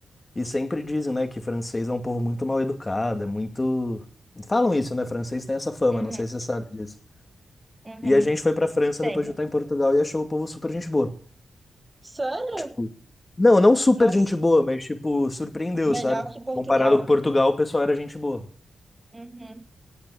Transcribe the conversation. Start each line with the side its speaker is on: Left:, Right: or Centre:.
Left: E sempre dizem, né, que francês é um povo muito mal educado, é muito. Falam isso, né? Francês tem essa fama,
Right: uhum,
Left: não sei se você sabe disso.
Right: uhum.
Left: E a gente foi pra França
Right: Tem.
Left: depois de estar em Portugal e achou o povo super gente boa.
Right: Sério?
Left: Tipo, não, não super
Right: Nossa,
Left: gente boa, mas tipo, surpreendeu,
Right: melhor
Left: sabe?
Right: que Portugal.
Left: Comparado com Portugal, o pessoal era gente boa.
Right: Uhum.